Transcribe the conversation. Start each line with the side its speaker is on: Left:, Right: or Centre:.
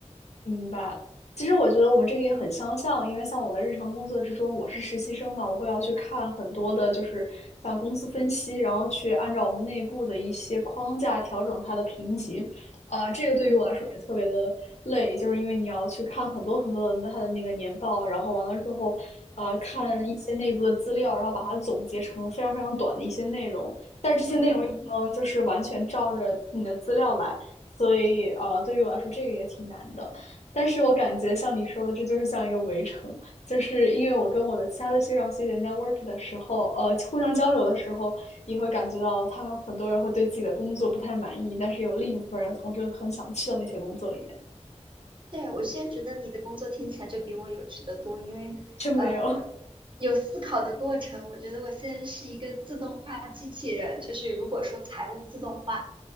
Left: 明白。其实我觉得我们这个也很相像，因为像我的日常工作之中，我是实习生嘛，我会要去看很多的，就是像公司分析，然后去按照我们内部的一些框架调整它的评级。呃，这个对于我来说也特别的累，
Right: 嗯
Left: 就是因为你要去看很多很多的它的那个年报，然后完了之后，呃，看一些内部的资料，
Right: 嗯
Left: 然后把它总结成非常非常短的一些内容，但是这些内容又不能就是完全照着你的资料来，
Right: 嗯嗯。
Left: 所以呃，对于我来说这个也挺难的。但是我感觉像你说的，这就是像一个围城，就是因为我跟我的其他的学长学姐 network 的时候，呃，互相交流的时候，你会感觉到他们很多人会对自己的工作不太满意，但是有另一部分人同时很想去到那些工作里面。
Right: 对，我现在觉得你的工作听起来就比我有趣的多，因为呃
Left: 真没有，
Right: 有思考的过程。我觉得我现在是一个自动化机器人，就是如果说财务自动化，